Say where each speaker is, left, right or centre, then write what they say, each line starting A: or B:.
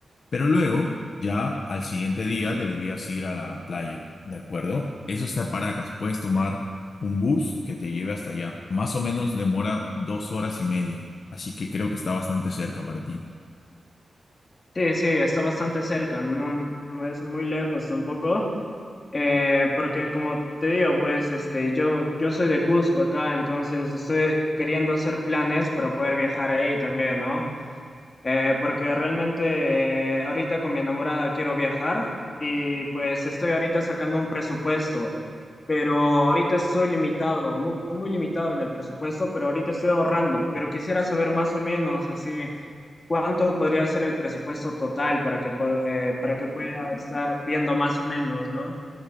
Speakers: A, on the left; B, on the left.
A: Pero luego, ya al siguiente día, deberías ir a la playa, ¿de acuerdo? Eso está en Paracas. Puedes tomar un bus que te lleve hasta allá. Más o menos demora dos horas y media, así que creo que está bastante cerca para ti.
B: Sí, sí, está bastante cerca, no, no es muy lejos tampoco, eh, porque como te digo, pues, este, yo, yo soy de Cusco acá, entonces estoy queriendo hacer planes para poder viajar ahí también, ¿no? Eh, porque realmente eh, ahorita con mi enamorada quiero viajar y pues estoy ahorita sacando un presupuesto. pero ahorita estoy limitado, muy, muy limitado en el presupuesto, pero ahorita estoy ahorrando, pero quisiera saber más o menos así cuánto podría ser el presupuesto total para que, po- eh, para que pueda estar viendo más o menos, ¿no?